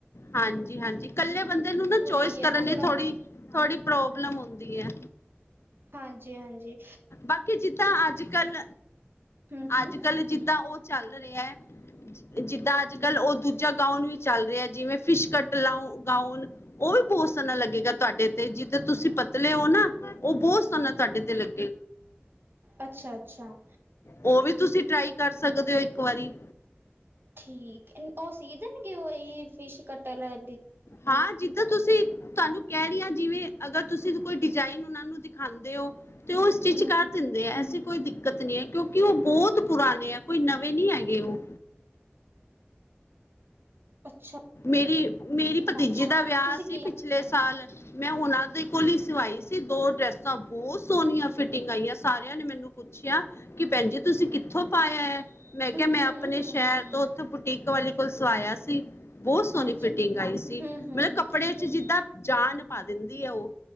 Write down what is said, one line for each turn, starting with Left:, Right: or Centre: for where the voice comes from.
Left: ਹਾਂਜੀ ਹਾਂਜੀ ਇਕੱਲੇ ਬੰਦੇ ਨੂੰ ਨਾ ਚੋਇਸ
Right: ਇਹੀ ਹੈ
Left: ਕਰਨੇ
Right: ਥੋੜਾ
Left: ਥੋੜ੍ਹੀ ਥੋੜ੍ਹੀ ਪ੍ਰੋਬਲਮ ਆਉਂਦੀ ਹੈ
Right: ਹਾਂਜੀ ਹਾਂਜੀ
Left: ਬਾਕੀ ਜਿੱਦਾਂ ਅੱਜ ਕੱਲ
Right: ਹੂੰ-ਹੂੰ,
Left: ਅੱਜ ਕੱਲ ਜਿੱਦਾਂ ਉਹ ਚੱਲ ਰਿਹਾ ਜਿੱਦਾਂ ਅੱਜ ਕੱਲ ਉਹ ਦੂਜਾ ਗਾਊਨ ਵੀ ਚੱਲ ਰਿਹਾ ਜਿਵੇਂ ਫਿਸ਼ਕਟ ਲਾ ਗਾਊਨ ਉਹ ਵੀ ਬਹੁਤ ਸੋਹਣਾ ਲੱਗੇਗਾ ਤੁਹਾਡੇ ਤੇ ਜਿੱਦ ਤੁਸੀਂ ਪਤਲੇ ਹੋ ਨਾ ਉਹ ਬਹੁਤ ਸੋਹਣਾ ਤੁਹਾਡੇ ਤੇ ਲੱਗ
Right: ਅੱਛਾ ਅੱਛਾ
Left: ਉਹ ਵੀ ਤੁਸੀਂ ਟਰਾਈ ਕਰ ਸਕ ਸਕਦੇ ਹੋ ਇੱਕ ਵਾਰੀ
Right: ਠੀਕ ਉਹ ਸੀ ਦੇਣਗੇ ਉਹ ਇਹ ਫਿਸ਼ ਕੱਟ ਆਲਾ
Left: ਹਾਂ ਜਿੱਦਾਂ ਤੁਸੀਂ ਤੁਹਾਨੂੰ ਕਹਿ ਰਹੀ ਹ ਜਿਵੇਂ ਅਗਰ ਤੁਸੀਂ ਕੋਈ ਡਿਜਾਇਨ ਉਹਨਾਂ ਨੂੰ ਦਿਖਾਉਂਦੇ ਹੋ ਤੇ ਉਹ ਸਟਿਚ
Right: ਹੂੰ
Left: ਕਰ ਦਿੰਦੇ ਏ ਔਸੀਂ ਕੋਈ ਦਿੱਕਤ ਨੀ ਹੈ ਕਿਉਂਕਿ ਉਹ ਬਹੁਤ ਪੁਰਾਣੇ ਹੈ ਕੋਈ ਨਵੇਂ ਨੀ ਹੈਗੇ ਉਹ
Right: ਅੱਛਾ
Left: ਮੇ--ਰੀ ਮੇਰੀ ਭਤੀਜੀ
Right: ਅੱਛਾ
Left: ਦਾ ਵਿਆਹ
Right: ਤੁਸੀਂ
Left: ਸੀ
Right: ਕੀ
Left: ਪਿਛਲੇ ਸਾਲ ਮੈਂ ਉਹਨਾਂ ਦੇ ਕੋਲ ਹੀ ਸਵਾਈ ਸੀ ਦੋ ਡਰੈਸਾਂ ਬਹੁਤ ਸੋਹਣੀਆਂ ਫਿਟਿੰਗ ਆਈਆਂ ਸ ਨੇ ਮੈਨੂੰ ਪੁੱਛਿਆ ਕਿ ਭੈਣ ਜ ਤੁਸੀਂ ਕਿੱਥੋਂ ਪਾਇਆ ਹੈ ਮੈਂ ਕਿਹਾ
Right: ਹੂੰ
Left: ਮੈਂ ਆਪਣੇ
Right: ਹੂੰ ਹੂੰ
Left: ਸ਼ਹਿਰ ਤੋਂ ਉੱਥੋਂ ਬੁਟੀਕ ਵਾਲੀ ਕੋਲ ਸਵਾਇਆ ਸੀ ਬਹੁਤ ਸੋਹਣੀ
Right: ਹਾਂਜੀ
Left: ਫਿਟਿੰਗ ਆਈ ਸੌ
Right: ਹੂੰ ਹੂੰ ਹੂੰ
Left: ਕੱਪੜੇ ਚ ਜਿੱਦਾਂ ਜਾਨ ਪਾ ਦਿੰਦੀ ਏ ਉਹ